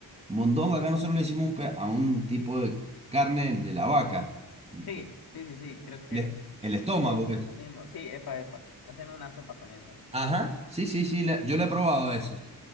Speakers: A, on the right (about 15°); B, on the left (about 70°).
A: Mondongo, acá nosotros le decimos un pe- a un tipo de carne de la vaca.
B: Sí,
A: Eh,
B: sí, sí, sí, creo que,
A: El, es-
B: que-
A: el estómago,
B: supongo que
A: pues.
B: es lo mismo. Sí, epa, epa, hacen una sopa con eso.
A: Ajá, sí, sí, sí, la- yo la he probado esa.